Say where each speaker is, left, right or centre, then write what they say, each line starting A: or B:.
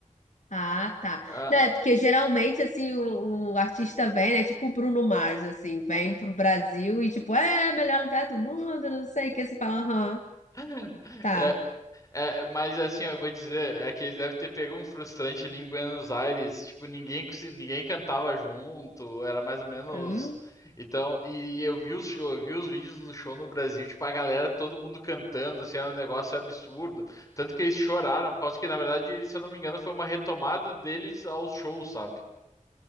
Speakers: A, on the left (about 65°); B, on the left (about 25°).
A: Ah, tá.
B: Ah,
A: Não, é porque geralmente, assim, o, o artista vem, né? Tipo o Bruno Mars, assim, vem pro Brasil e, tipo, é, melhor lugar do mundo, não sei o que. Você fala, aham,
B: <laughs>
A: tá.
B: é- é, mas assim, ó, eu vou dizer, é que eles devem ter pego um frustrante ali em Buenos Aires. Tipo, ninguém, consi- ninguém cantava junto, era mais ou menos.
A: Hum,
B: Então, e eu vi os, show- eu vi os vídeos do show no Brasil, tipo, a galera, todo mundo cantando, assim, era um negócio absurdo. Tanto que eles choraram, por causa que, na verdade, se eu não me engano, foi uma retomada deles aos shows, sabe?